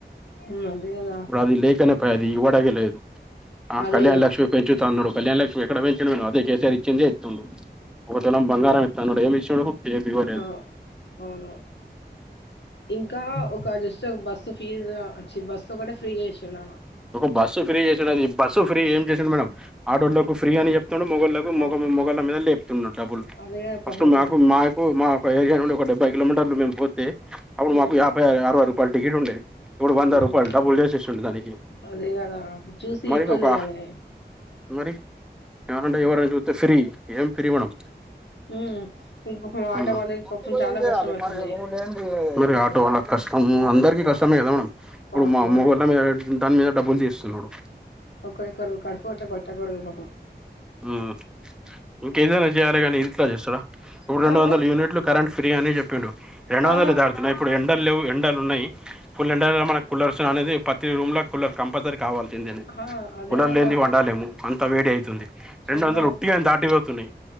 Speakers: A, on the left (about 80°); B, in the centre.
A: మ్మ్ అదే కదా
B: ఇప్పుడు అది లేకనే అది ఇవాడగే లేదు ఆ
A: అదే
B: కళ్యాణ్ లక్ష్మి పెంచుతా అన్నాడు కళ్యాణ లక్ష్మీ ఎక్కడ పెంచినాడు అదే కే సి ఆర్ ఇచ్చిందే ఇత్తుండు ఒక తులం బంగారం ఇస్తా ఆన్నాడు ఏమి ఇచ్చిండు ఏమి ఇవ్వలేదు
A: అవ్ అవును ఇంకా ఒక జస్ట్ బస్సు ఫీజు వచ్చి బస్సు ఒకటే కూడా ఫ్రీగా ఇచ్చిండు ఆయన
B: ఒక బస్సు ఫ్రీ చేసాడు అది బస్సు ఫ్రీ ఏం చేసిండు మేడం ఆడోళ్ళకు ఫ్రీ అని చెప్ మొగళ్లకు
A: పాపం
B: మొగ మొగళ్ళ మీద లేపుతున్నా డబ్బులు
A: అదే పాపం
B: ఫస్ట్ మాకు మాకు మా ఒక ఏరియా నుడి ఒక డెబ్బై కిలోమీటర్లు మేము పోతే అప్పుడు
A: మ్మ్
B: మాకు యాభై ఆ అరవ రపాయలు టికట్ ఉండే ఇప్పుడు వంద
A: అయ్యో
B: రూపాయలు డబల్ చేసే చేసిండు దానికి
A: అదే కదా చూసి
B: మరి
A: ఈక్వల్
B: ఒక
A: చూడాలే
B: మరి ఎరంటే ఎవరూ అని చూస్తే ఫీ ఏం ప్రీ మేడం
A: ఉమ్ ఇంక పాపం ఆటో
B: ఆ ఆ
A: వాళ్ళకి
B: మట్టిలో
A: పాపం చాలా
B: ఏం చేయాలి
A: కష్టం అవుతుంది
B: మరి నువ్వు లేనిది కష్టం అందరికి కష్టమే కదా మేడం ఇప్పుడు
A: పాపం
B: మా మొగోళ్ళ
A: అదే
B: మీద దాని మీద డబ్బులు చేస్తున్నాడు
A: ఒకరికొకరు కడుపు ఆట్లా కొట్ట కూడదు పాపం
B: ఉమ్ ఇంకేదైనా చేయాలి కానీ ఇట్లా చేస్తడా ఇప్పుడు రెండు
A: ఆ
B: వందల యూనిట్లు కరెంట్ ఫ్రీ అని చెప్పిండు రెండు
A: ఆ
B: వందలు దాటుతున్నాయి ఇప్పుడు ఎండలేవ్ ఎం ఉన్నాయి ఫుల్ ఎండ మన కులర్స్ అనేది పతి రూమ్ లో కూలర్ కంపల్సరీ కావాలి ఏంది ఏంది
A: ఆ అదే
B: కులర్
A: కదా
B: లేనిది వండాలేము అంతా వేడి అయతుంది
A: ఫుల్
B: రెండు వందలు ఒట్టిగా దాటిపోతున్నాయి